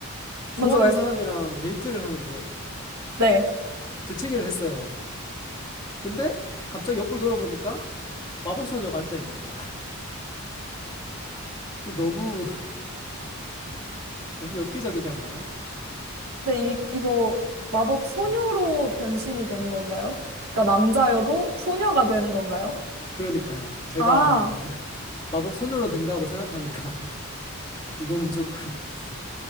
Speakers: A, on the right; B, on the left.
A: 먼저
B: 좋아하는
A: 말,
B: 사람이랑 데이트를 하는데
A: 네.
B: 재채기를 했어요. 근데 갑자기 옆을 돌아보니까 마법소녀가 앉아 있는 거야. <laughs> 너무, 너무 엽기적이지 않나요?
A: 근데 이, 이거 마법 소녀로
B: 네.
A: 변신이 되는 건가요? 그러니까 남자여도 소녀가 되는 건가요?
B: 그러니까요. 제가
A: 아,
B: <laughs> 마법 손으로 된다고 생각하니까 <laughs> 이거는 조금 <laughs>